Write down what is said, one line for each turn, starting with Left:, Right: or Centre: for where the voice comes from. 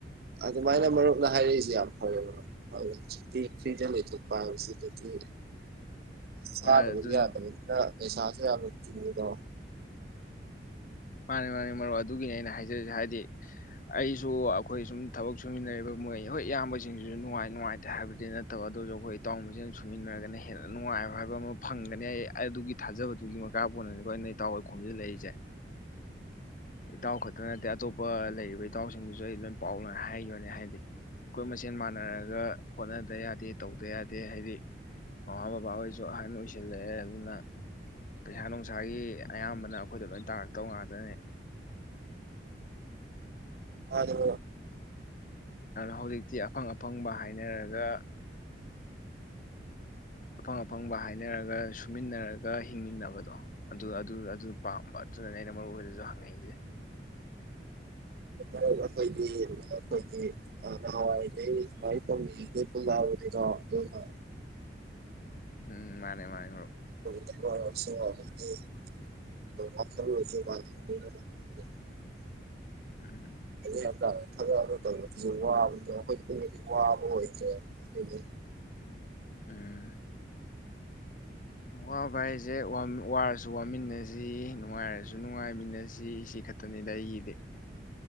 Right: ꯑꯗꯨꯃꯥꯏꯅ
Left: ꯎꯝ
Right: ꯃꯔꯨꯞꯅ ꯍꯥꯏꯔꯛꯏꯁꯦ ꯌꯥꯝ ꯑꯧ ꯑꯧ ꯍꯧꯖꯤꯛꯇꯤ ꯗ ꯊꯨꯄꯥꯏ ꯍꯧꯁꯤ ꯊ <unintelligible> ꯆꯥꯗꯕꯗꯤ
Left: ꯑꯗꯨꯅꯤ
Right: ꯌꯥꯗꯕꯅꯤꯅ ꯄꯩꯁꯥꯁꯨ ꯌꯥꯝꯅ ꯇꯤꯡꯉꯤꯗꯣ
Left: ꯃꯥꯅꯤ ꯃꯥꯅꯤ ꯃꯔꯨꯞ ꯑꯗꯨꯒꯤꯅꯤ ꯑꯩꯅ ꯍꯥꯏꯖꯔꯤꯁꯦ ꯍꯥꯏꯗꯤ ꯑꯩꯁꯨ ꯑꯩꯈꯣꯏ ꯁꯨꯝ ꯊꯕꯛ ꯁꯨꯃꯤꯟꯅꯔꯤꯕ ꯃꯣꯏ ꯍꯣꯏ ꯏꯌꯥꯝꯕꯁꯤꯡꯁꯤꯁꯨ ꯅꯨꯡꯉꯥꯏ ꯅꯨꯡꯉꯥꯏꯇꯦ ꯍꯥꯏꯕꯗꯤ ꯅꯠꯇꯕ ꯑꯗꯨꯁꯨ ꯑꯩꯈꯣꯏ ꯏꯇꯥꯎ ꯃꯁꯤꯡ ꯁꯨꯃꯤꯟꯅꯔꯒꯅ ꯍꯦꯟꯅ ꯅꯨꯡꯉꯥꯏꯕ ꯍꯥꯏꯕ ꯑꯃ ꯐꯪꯒꯅꯤ ꯑꯩ ꯑꯗꯨꯒꯤ ꯊꯥꯖꯕꯗꯨꯒꯤ ꯃꯈꯥ ꯄꯣꯟꯅꯅꯤꯀꯣ ꯑꯩꯅ ꯏꯇꯥꯎꯈꯣꯏ ꯈꯣꯝꯖꯤꯜꯂꯛꯏꯁꯦ ꯏꯇꯥꯎ ꯈꯛꯇ ꯅꯠꯇꯦ ꯑꯇꯣꯞꯄ ꯂꯩꯔꯤꯕ ꯏꯇꯥꯎꯁꯤꯡꯗꯨꯁꯨ ꯑꯩ ꯂꯣꯏ ꯄꯥꯎ ꯂꯣꯏ ꯍꯥꯏꯈ꯭ꯔꯒꯦ ꯍꯥꯏꯗꯤ ꯑꯩꯈꯣꯏ ꯃꯁꯦꯟ ꯃꯥꯟꯅꯔꯒ ꯍꯣꯠꯅꯗ ꯌꯥꯗꯦ ꯇꯧꯗ ꯌꯥꯗꯦ ꯍꯥꯏꯗꯤ ꯃꯃꯥ ꯕꯕꯥ ꯍꯣꯏꯁꯨ ꯑꯍꯟ ꯑꯣꯏꯁꯤꯜꯂꯛꯑꯦ ꯑꯗꯨꯅ ꯄꯩꯁꯥ ꯅꯨꯡꯁꯥꯒꯤ ꯑꯌꯥꯝꯕꯅ ꯑꯩꯈꯣꯏꯗ ꯂꯣꯏꯅ ꯇꯥꯔꯛꯇꯧꯕ ꯉꯥꯛꯇꯅꯤ
Right: ꯑꯗꯨ
Left: ꯍꯧꯖꯥꯡ ꯇꯥ ꯑꯐꯪ ꯑꯐꯪꯕ ꯍꯥꯏꯅꯔꯒ ꯑꯐꯪ ꯑꯐꯪꯕ ꯍꯥꯏꯅꯔꯒ ꯁꯨꯃꯤꯟꯅꯔꯒ ꯍꯤꯡꯃꯤꯟꯅꯕꯗꯣ ꯑꯗꯨ ꯑꯗꯨ ꯄꯥꯝꯕ ꯑꯗꯨꯅꯅꯦ ꯑꯩꯅ ꯃꯔꯨꯞ ꯍꯣꯏꯗꯁꯨ ꯍꯪꯉꯛꯏꯁꯦ
Right: ꯑꯩꯈꯣꯏꯗꯤ ꯅꯈꯣꯏꯗꯤ ꯅꯍꯥꯟꯋꯥꯏꯗꯩ ꯂꯥꯏꯔꯤꯛ ꯇꯧꯔꯤꯉꯩꯗꯩ ꯄꯨꯟꯂꯛꯑꯕꯅꯤꯗꯣ ꯑꯗꯨꯅ
Left: ꯎꯝ ꯃꯥꯅꯤ ꯃꯥꯅꯤ ꯃꯥꯅꯤ ꯃꯔꯨꯞ
Right: <inaudible>
Left: ꯎꯝ
Right: ꯑꯗꯨ ꯌꯥꯝꯇꯥ ꯊꯥꯗꯛꯑꯒ ꯇꯧꯕꯔꯁꯨ ꯋꯥꯕꯗꯣ ꯑꯩꯈꯣꯏ ꯄꯨꯗꯤ ꯋꯥꯕ ꯑꯣꯏꯗꯦ ꯑꯗꯨꯗꯤ
Left: ꯎꯝ ꯋꯥꯕꯥ ꯍꯥꯏꯁꯦ ꯋꯥꯔꯁꯨ ꯋꯥꯃꯤꯟꯅꯁꯤ ꯅꯨꯡꯉꯥꯏꯔꯁꯨ ꯅꯨꯡꯉꯥꯏꯃꯤꯟꯅꯁꯤ ꯁꯤ ꯈꯛꯇꯅꯤꯗ ꯑꯩꯒꯤꯗꯤ